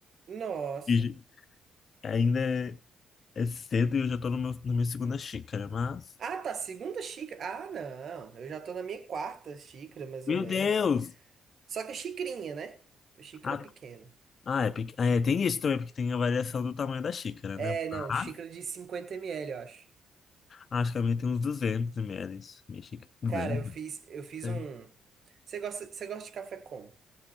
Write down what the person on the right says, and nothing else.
Nossa.
Ah, tá, segunda xícara. Ah, não. Eu já tô na minha quarta xícara, mais
ou menos.
Só que é xicrinha, né? Xícara
pequena.
É,
não,
xícara de 50 ml, eu acho.
Cara, eu fiz, eu fiz
um. Você gosta, você gosta de café como?